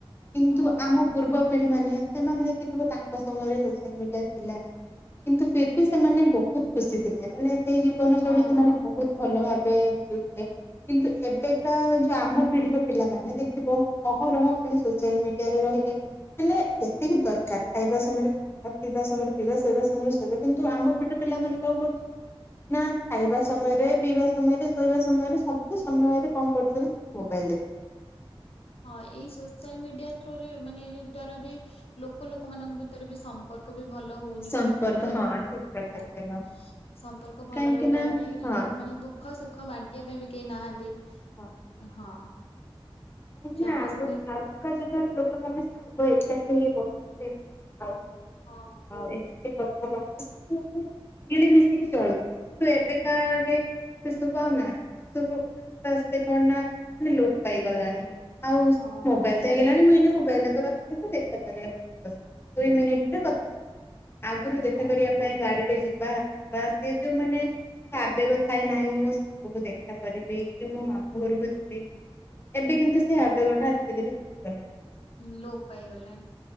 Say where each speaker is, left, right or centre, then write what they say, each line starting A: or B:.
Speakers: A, on the left; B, on the left.
A: କିନ୍ତୁ
B: ହଁ
A: ଆମ ପୂର୍ବ ପିଢି ମାନେ ସେମାନେ ଦେଖିଥିବେ ତାଙ୍କ ସମୟରେ ସୋସିଆଲ ମିଡିଆ ଥିଲାନି। କିନ୍ତୁ ଫିର୍ ଭି ସେମାନେ ବୋହୁତ ଖୁସି ଥିଲେ ମାନେ ସେଇ ଜୀବନଶୈଳୀ
B: ହଁ
A: ବୋହୁତ ଭଲ ଭାବେ ଜିଉଥିଲେ। କିନ୍ତୁ ଏବେକା ଯୋଉ ଆମ ପିଢିର ପିଲାମାନେ ଦେଖିବ ଅହରହ ଖାଲି ସୋସିଆଲ ମିଡିଆରେ ରହିଲେ। ମାନେ ଯେତିକି ଦରକାର ଖାଇବା ସମୟରେ ଆ ପିଇବା ସମୟରେ ପିଇବା ଶୋଇବା ସମୟରେ ଶୋଇବା କିନ୍ତୁ ଆମ ପିଢିର ପିଲାମାନେ କଣ କରୁଛନ୍ତି ନା ଖାଇବା ସମୟରେ ପିଇବା ସମୟରେ ଶୋଇବା ସମୟରେ ସବୁ ସମୟରେ କଣ କରୁଛନ୍ତି ମୋବାଇଲ ଦେଖୁ
B: ହଁ ଏଇ ସୋସିଆଲ ମିଡିଆ ଥ୍ରୋରେ ମାନେ ଏହି ଦ୍ଵାରା ବି ଲୋକ ଲୋକମାନଙ୍କ ଭିତରେ ବି ସମ୍ପର୍କ ବି ଭଲ ହଉନି
A: ସମ୍ପର୍କ
B: କି ଲୋକ
A: ହଁ
B: ଗୋଟେ
A: ଠିକ କଥା
B: ହଁ
A: କହିଲ
B: ସମ୍ପର୍କ ଭଲ
A: କାହିଁକି
B: ରହୁନି
A: ନା
B: କି
A: ହଁ
B: ଲୋକ ମାନେ ଦୁଃ ଦୁଃଖ ସୁଖ ବାଣ୍ଟିବା ପାଇଁ ବି କେହି ନାହାନ୍ତି
A: ହଁ
B: ହଁ।
A: <inaudible>
B: ଯାହା
A: ଆଗ
B: ସବୁ ଏ-
A: ଆଗ କା ଯୁଗରେ ଲୋକମାନେ ସାଙ୍ଗ ଏକାଠି ହେଇ ବସୁଥିଲେ ଖାଉ
B: ହଁ।
A: <unintelligible> ମିଳିମିଶିକି ଚଳୁଥିଲେ ତ ଏବେକା ରେ ସେ ସବୁ ଆଉ ନାହିଁ ସେ ସବୁ ଆସ୍ତେ ଆସ୍ତେ କଣ ନା ମାନେ ଲୋପ ପାଇଗଲାଣି। ଆଉ
B: ହଁ
A: ସ ମୋବାଇଲ ଲାଗିଲାଣି ମୁଁ ଏଇନା ମୋବାଇଲଟା <unintelligible> ଦେଖା କରିବା ଦୁଇ ମିନିଟର କଥା ଆଗରୁ ଦେଖା
B: ହଁ
A: କରିବା ପାଇଁ ଗାଡିରେ ଯିବା ଆସିବା ସେ ଯୋଉ ମାନେ ଗୋଟେ ଆବେଗ ଥାଏ ନାଇଁ ମୁଁ ମୋ ସାଙ୍ଗକୁ ଦେଖା କରିବି କି ମୋ ମାମୁଁ ଘରକୁ ଯିବି ଏବେ କିନ୍ତୁ ସେଇ ଆବେଗ ଟା ଧୀରେ ଧୀରେ କମିଗଲାଣି।
B: ହଁ ଲୋପ ପାଇଗଲାଣି।